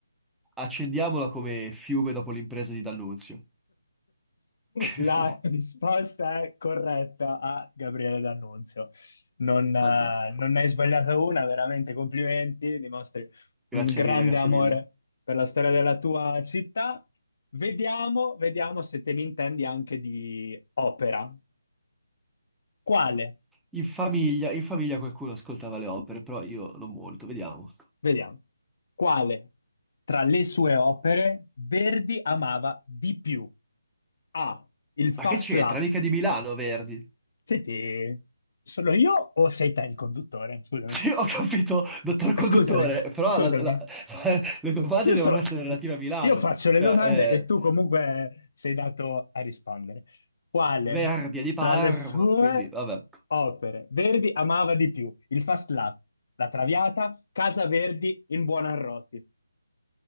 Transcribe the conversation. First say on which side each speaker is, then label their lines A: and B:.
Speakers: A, in the centre; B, on the left.
A: Accendiamola come fiume dopo l'impresa di D'Annunzio. <laughs>
B: La risposta è corretta a Gabriele D'Annunzio. Non, eh,
A: Fantastico.
B: non ne hai sbagliata una, veramente complimenti, dimostri un
A: Grazie
B: grande
A: mille, grazie
B: amore
A: mille.
B: per la storia della tua città. Vediamo, vediamo se te ne intendi anche di opera. Quale?
A: In famiglia, in famiglia qualcuno ascoltava le opere, però io non molto, vediamo.
B: Vediamo. Quale tra le sue opere Verdi amava di più? A. Il Fast
A: Ma che c'entra?
B: Lap.
A: Mica di Milano, Verdi. <laughs>
B: Senti, sono io o sei te il conduttore? Scusami.
A: Sì, ho capito, dottor conduttore,
B: Scusami,
A: però
B: scusami.
A: la- la- <laughs> le domande
B: Io
A: devono
B: sto,
A: essere relative a Milano.
B: io faccio le
A: Cioè,
B: domande e tu
A: eh,
B: comunque sei dato a rispondere. Quale
A: Verdi è di Parma,
B: tra le sue
A: quindi vabbè.
B: opere Verdi amava di più? Il Fast Lap, La Traviata, Casa Verdi in Buonarroti.